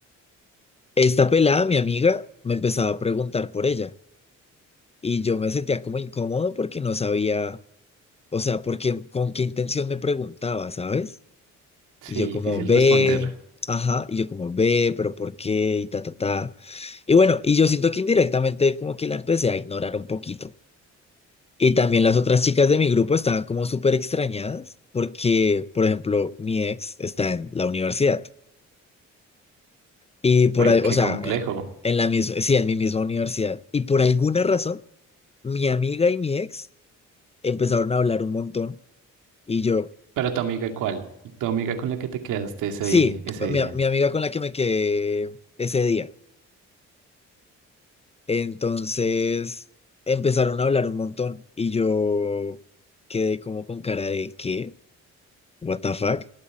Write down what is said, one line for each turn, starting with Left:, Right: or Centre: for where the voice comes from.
Left: esta pelada, mi amiga, me empezaba a preguntar por ella y yo me sentía como incómodo porque no sabía, o sea, porque con qué intención me preguntaba, ¿sabes?
Right: Sí,
Left: Y yo como
Right: difícil
Left: ve,
Right: responder.
Left: ajá, y yo como ve, pero ¿por qué? Y ta, ta, ta. Y bueno, y yo siento que indirectamente como que la empecé a ignorar un poquito. Y también las otras chicas de mi grupo estaban como súper extrañadas porque, por ejemplo, mi ex está en la universidad. Y por,
Right: Uy,
Left: al-
Right: qué
Left: o sea,
Right: complejo.
Left: eh, en la misma, sí, en mi misma universidad. Y por alguna razón, mi amiga y mi ex empezaron a hablar un montón. Y yo,
Right: Pero tu amiga, ¿cuál? Tu amiga con la que te quedaste ese,
Left: sí,
Right: ese
Left: mi,
Right: día.
Left: mi amiga con la que me quedé ese día. Entonces, empezaron a hablar un montón. Y yo quedé como con cara de, ¿qué? What the fuck?